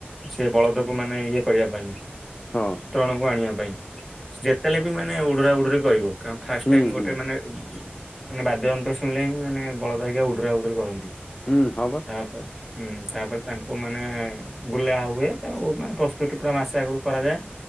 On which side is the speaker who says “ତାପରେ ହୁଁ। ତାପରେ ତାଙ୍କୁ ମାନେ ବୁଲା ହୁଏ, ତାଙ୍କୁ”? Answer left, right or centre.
Centre